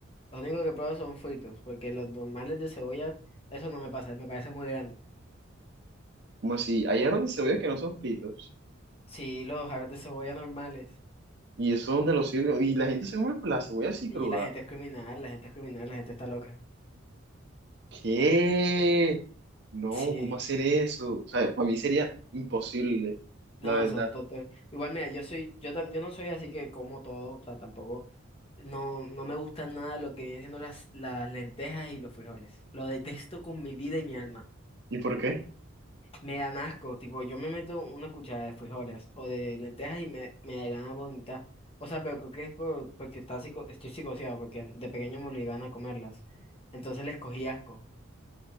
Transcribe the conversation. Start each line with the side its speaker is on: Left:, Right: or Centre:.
Left: Lo único que he probado son fritos, porque los normales de cebolla, eso no me pasa, me parece muy grande.
Right: Como si allá donde cebolla que no son fritos.
Left: Sí, los jarros de cebolla normales.
Right: Y eso donde lo sirven. Y la gente se come pues, la cebolla así
Left: Y
Right: cruda.
Left: la gente es criminal, la gente es criminal, la gente está loca.
Right: ¿Qué? No,
Left: Sí.
Right: ¿cómo hacer eso? O sea, para mí sería imposible,
Left: No,
Right: la verdad.
Left: son totos. Igual, mira, yo soy, yo, tam- yo no soy así que como todo, o sea, tampoco, no, no me gusta nada lo que vienen siendo las, las lentejas y los frijoles. Lo detesto con mi vida y mi alma.
Right: ¿Y por qué?
Left: Me dan asco, tipo, yo me meto una cuchara de frijoles o de lentejas y me, me da ganas de vomitar. O sea, pero creo que es por, porque está psico- estoy psicoseado, porque de pequeño me obligaban a comerlas. Entonces les cogí asco.